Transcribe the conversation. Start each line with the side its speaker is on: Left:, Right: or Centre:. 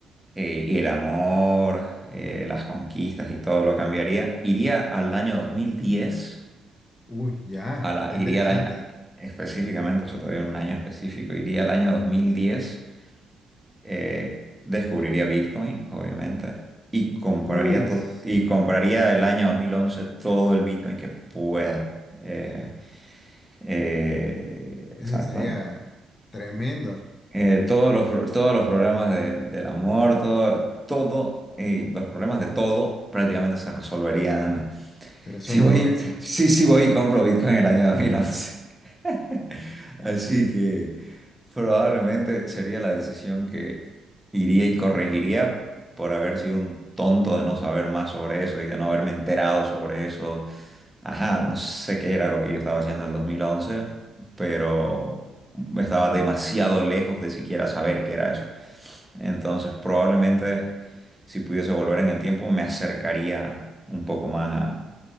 Centre: Eh, y el amor, eh, las conquistas y todo lo cambiaría. Iría al año 2010,
Left: Uy, ya.
Centre: a la,
Left: Está
Centre: iría
Left: interesante.
Centre: al año, específicamente, o sea, todavía un año específico, iría al año 2010, eh, descubriría Bitcoin, obviamente, y compraría,
Left: Uf.
Centre: to- y compraría el año 2011 todo el Bitcoin que pueda. Eh, eh, exacto.
Left: Eso sería tremendo.
Centre: eh, todos los, pro- todos los problemas del, del amor, todo, todo, eh, los problemas de todo prácticamente se resolverían <laughs>
Left: Te resuelven
Centre: si voy,
Left: con eso.
Centre: sí, sí voy y compro Bitcoin en el año dos mil once <laughs> Así que probablemente sería la decisión que iría y corregiría por haber sido un tonto de no saber más sobre eso y de no haberme enterado sobre eso. Ajá, no sé qué era lo que yo estaba haciendo en el dos mil once pero estaba demasiado lejos de siquiera saber qué era eso. Entonces, probablemente si pudiese volver en el tiempo, me acercaría un poco más a,